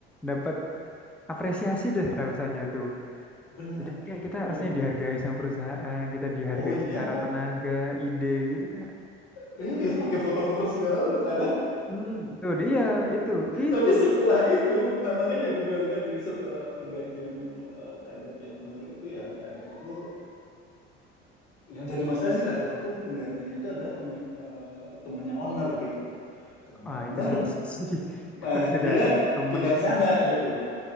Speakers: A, in the centre; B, on the left.
A: dapat apresiasi deh rasanya itu.
B: benar,
A: Jadi kayak kita
B: benar.
A: harusnya dihargai sama perusahaan, kita dihargai
B: Oh iya.
A: secara tenaga, ide gitu kayak.
B: Eh, itu pakai foto-foto segala lo kadang.
A: Hmm, itu dia, itu, itu.
B: Tapi setelah itu, nah makanya gue bilang tadi, setelah pergantian eh, kadep yang baru itu ya, kadep aku, yang jadi masalah sih kadep aku penggantinya itu adalah pemi- eh, temennya owner gitu loh. Temennya
A: Ah,
B: owner,
A: itu sudah sih. <laughs>
B: nah
A: Kalau
B: dia
A: sudah ada temennya.
B: pindah ke sana gitu loh.